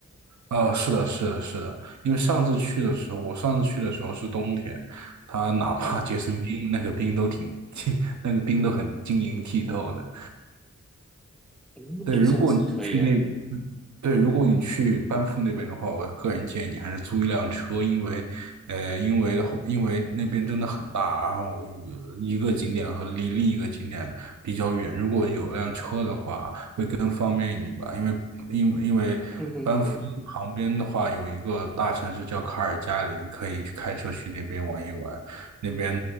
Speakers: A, on the right; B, in the centre.
A: 呃，是的，是的，是的，因为上次去的时候，我上次去的时候是冬天，它哪怕结成冰，
B: 嗯
A: 那个冰都挺 <laughs> 那个冰都很晶莹剔透的。
B: 嗯，
A: 对，
B: 诶，
A: 如果你去那，
B: 这样子可以啊。
A: 对，如果你去班夫那边的话，我个人建议你还是租一辆车，因为，呃，因为的话因为那边真的很大，然后一个景点和离另一个景点比较远，如果有辆车的话，会更方便一点吧。因为因为因为班夫旁边的话有一个大城市叫卡尔加里，
B: 嗯嗯嗯嗯，
A: 你可以开车去那边玩一玩。那边